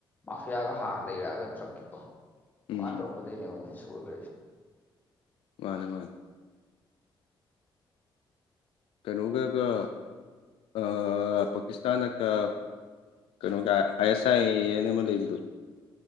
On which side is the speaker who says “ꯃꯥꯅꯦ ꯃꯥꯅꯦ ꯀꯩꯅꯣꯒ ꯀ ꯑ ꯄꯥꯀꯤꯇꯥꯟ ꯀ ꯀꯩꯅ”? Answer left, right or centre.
Left